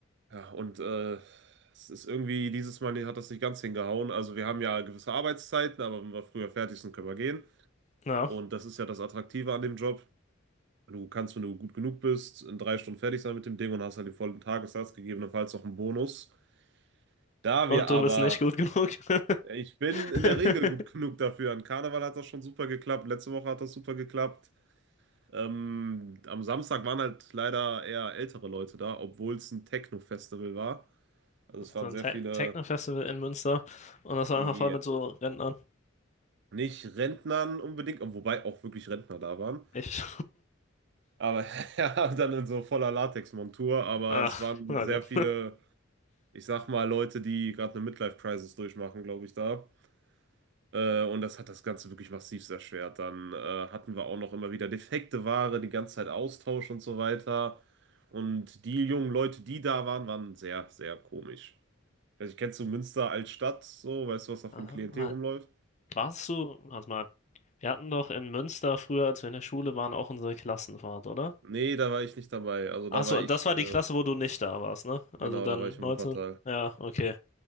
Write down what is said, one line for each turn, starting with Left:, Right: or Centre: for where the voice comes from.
Right: Ja, und äh, es ist irgendwie, dieses Mal hat das nicht ganz hingehauen. Also wir haben ja gewisse Arbeitszeiten, aber wenn wir früher fertig sind, können wir gehen.
Left: Ja.
Right: Und das ist ja das Attraktive an dem Job. Du kannst, wenn du gut genug bist, in drei Stunden fertig sein mit dem Ding und hast halt den vollen Tagessatz, gegebenenfalls noch einen Bonus. Da
Left: Und
Right: wir aber,
Left: du bist nicht gut genug.
Right: ja, ich bin
Left: <laughs>
Right: in der Regel gut <laughs> genug dafür. An Karneval hat das schon super geklappt, letzte Woche hat das super geklappt. Ähm, am Samstag waren halt leider eher ältere Leute da, obwohl es ein Techno-Festival war. Also es
Left: So
Right: waren
Left: ein
Right: sehr
Left: Te
Right: viele,
Left: Techno-Festival in Münster. Und das war
Right: ja,
Left: einfach voll mit so Rentnern.
Right: nicht Rentnern unbedingt, wobei auch wirklich Rentner da waren.
Left: Ich.
Right: Aber <laughs> ja, dann in so voller Latexmontur,
Left: <laughs>
Right: aber
Left: Ach,
Right: es waren
Left: oh
Right: sehr
Left: Gott.
Right: viele. ich sag mal, Leute, die gerade eine Midlife-Crisis durchmachen, glaube ich, da. Äh, und das hat das Ganze wirklich massiv erschwert. Dann äh, hatten wir auch noch immer wieder defekte Ware, die ganze Zeit Austausch und so weiter. Und die jungen Leute, die da waren, waren sehr, sehr komisch. Also, kennst du Münster als Stadt so? Weißt
Left: <laughs>
Right: du, was da für
Left: Aha,
Right: ein Klientel
Left: Mann.
Right: rumläuft?
Left: Warst du, warte mal, wir hatten doch in Münster früher, als wir in der Schule waren, auch unsere Klassenfahrt, oder?
Right: Nee, da war ich nicht dabei. Also,
Left: Ach
Right: da
Left: so,
Right: war ich,
Left: das war
Right: äh,
Left: die Klasse, wo du nicht da warst, ne?
Right: genau,
Left: Also dann
Right: da war ich
Left: 19.
Right: in Wuppertal.
Left: Ja, okay.